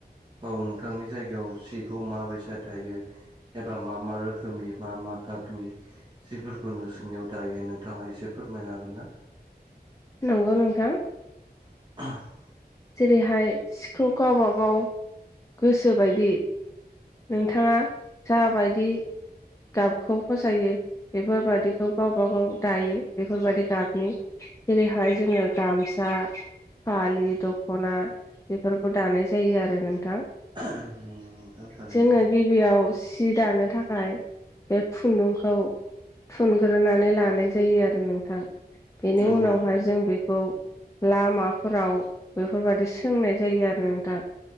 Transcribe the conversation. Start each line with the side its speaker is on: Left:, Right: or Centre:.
Right: औ नोंथांनि जायगायाव सिखौ माबायसा दायो एबा मा मा रोखोमनि मा मा गाबनि जिफोरखौ नोंसोरनियाव दायो नोंथाङा एसे फोरमायनो हागोन ना?
Left: नंगौ नोंथां।
Right: <unintelligible>
Left: जेरैहाय सिखौ गावबा गाव गोसोबायदि नोंथाङा जाबायदि गाबखौ फसायो बेफोरबादिखौ गावबा गाव दायो बेफोरबायदि गाबनि। जेरैहाय जोङो गामसा फालि, दख'ना बेफोरखौ दानाय जायो आरो नोंथां।
Right: ओं नोंगौ नोंथां। थारैनो
Left: जोङो गिबियाव सि दानो थाखाय बे खुन्दुंखौ थुनग्रोनानै लानाय जायो आरो नोंथां बेनि
Right: नंगौ
Left: उनावहाय
Right: नोंथां
Left: जों बेखौ लामाफोराव बेफोरबायादि सोंनाय जायो आरो नोंथा।